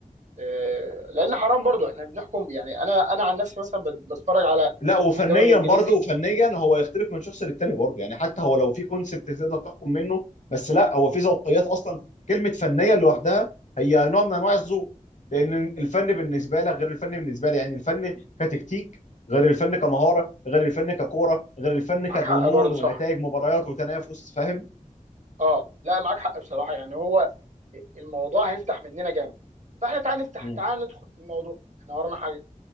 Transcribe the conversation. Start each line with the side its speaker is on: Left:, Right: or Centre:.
Right: آه، لان حرام برضو احنا بنحكم يعني انا انا عن نفسي مثلا بت- بتفرج على
Left: لا وفنيا
Right: الدوري الانجليزي
Left: برضه فنيا هو يختلف من شخص للتاني برضه يعني حتى هو لو في كونسبت تقدر تحكم منه بس لا هو في ذوقيات اصلا كلمه فنيا لوحدها هي نوع من انواع الذوق لان الفن بالنسبه لك غير الفن بالنسبه لي يعني الفن كتكتيك غير الفن كمهاره غير الفن ككوره غير الفن كجنون
Right: معاك حق برضه
Left: ونتائج
Right: صح
Left: مباريات وتنافس فاهم؟
Right: اه لا معاك حق بصراحه يعني هو الموضوع هيفتح مننا جامد فاحنا تعال نفتح
Left: مم.
Right: تعال ندخل في الموضوع احنا ورانا حاجه